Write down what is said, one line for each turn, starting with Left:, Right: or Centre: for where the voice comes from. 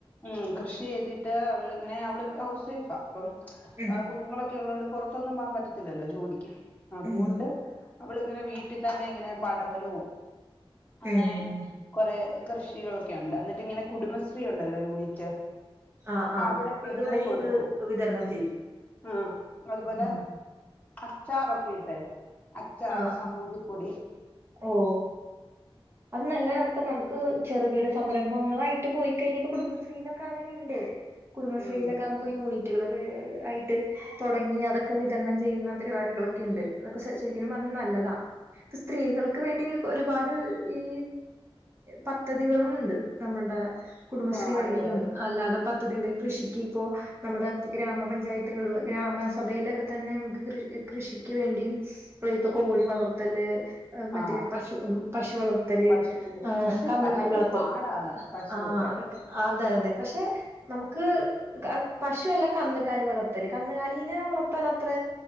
Left: ഉം കൃഷി ചെയ്തിട്ട് അവളിങ്ങനെ അവള് ഹൗസ് വൈഫാ അപ്പം
Right: ഉം
Left: കുഞ്ഞുങ്ങളൊക്കെ ഉള്ളതൊണ്ട് പൊറത്തൊന്നും പോകൻ പറ്റത്തില്ലല്ലോ ജോലിക്ക് അതും
Right: ഉം
Left: കൊണ്ട് അവളിങ്ങനെ വീട്ടിൽ തന്നെ ഇങ്ങനെ പടവലും അങ്ങനെ
Right: ഉം
Left: കുറെ കൃഷികളൊക്കെ ഉണ്ട് എന്നിട്ട് ഇങ്ങനെ കുടുംബശ്രീ ഉണ്ടല്ലോ യൂണിറ്റ്
Right: ആഹ് ആഹ്
Left: അവിടക്കെ
Right: അത്
Left: ഇങ്ങനെ
Right: വഴി
Left: കൊടുക്കും
Right: ഇത് വിതരണം ചെയ്യും
Left: ആഹ് അതുപോലെ
Right: ഉം
Left: അച്ചാറൊക്കെ കേട്ട അച്ചാറോ
Right: ആഹ്
Left: ചമ്മന്തിപ്പൊടി
Right: ആഹ് ഓ അല്ല അത്ര നമുക്ക് ചെറുകിട സംരംഭങ്ങളായിട്ട് പോയി കഴിഞ്ഞപ്പോ കുടുംബശ്രീയിലൊക്കെ അങ്ങനെയുണ്ട് കുടുംബശ്രീയിലൊക്കെ
Left: ഉം
Right: നമുക്ക് യൂണിറ്റുകൾ ആയിട്ട് തുടങ്ങി അതൊക്കെ വിതരണം ചെയ്യുന്ന പരിപാടികളൊക്കെ ഉണ്ട് അതൊക്കെ ശരിക്കും പറഞ്ഞ നല്ലതാ സ്ത്രീകൾക്ക് വേണ്ടി ഒരുപാട് ഈ പദ്ധതികളുമുണ്ട് നമ്മളുടെ കുടുംബശ്രീ
Left: ആഹ്
Right: വഴിയും
Left: അതെ അതെ
Right: അല്ലാതെ പ <unintelligible> കൃഷിക്ക് ഇപ്പോ നമ്മുടെ ഗ്രാമപഞ്ചായത്തുകളിൽ ഗ്രാമസഭയിലൊക്കെ തന്നെ കൃ കൃഷിക്ക് വേണ്ടിയും <unintelligible> കോഴി വളർത്തല് മറ്റേ
Left: ആഹ്
Right: പശു പശു വളർത്തല്
Left: പശുവിന്റെ പക്ഷെ
Right: കന്നുകാലി
Left: ഭയങ്കര
Right: വളർത്തല്
Left: പാടാണ് പശുവൊക്കെ
Right: ആഹ് അതൊക്കെ അതെ അതെ പക്ഷെ നമുക്ക് പശുല്ല കന്നുകാലി വളർത്തല് കന്നുകാലിനെ വളർത്താനത്ര